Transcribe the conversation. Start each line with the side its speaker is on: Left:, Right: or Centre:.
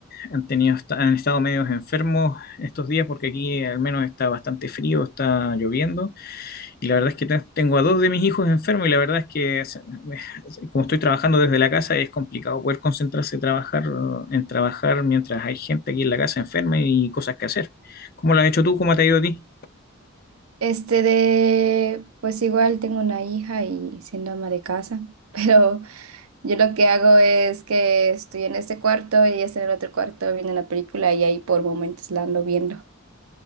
Left: han tenido, han estado medios enfermos estos días porque aquí al menos está bastante frío, está lloviendo. Y la verdad es que te- tengo a dos de mis hijos enfermos y la verdad es que se- me- como estoy trabajando desde la casa es complicado poder concentrarse trabajar, en trabajar mientras hay gente aquí en la casa enferma y cosas que hacer. ¿Cómo lo has hecho tú? ¿Cómo te ha ido a ti?
Right: Este de, pues igual tengo una hija y siendo ama de casa, <laughs> pero yo lo que hago es que estoy en este cuarto y ella está en el otro cuarto viendo la película y ahí por momentos la ando viendo.